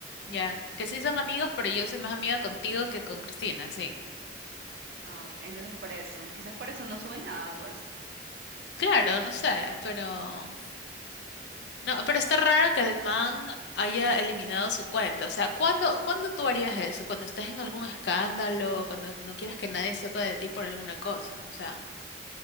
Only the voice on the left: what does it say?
Ya, que sí son amigos, pero yo soy más amiga contigo que con Cristina, sí.
Claro, no sé, pero no, pero está raro que el man haya eliminado su cuenta. O sea, ¿cuándo, cuándo tú harías eso? Cuando estás en algún escándalo, cuando no quieres que nadie sepa de ti por alguna cosa, o sea,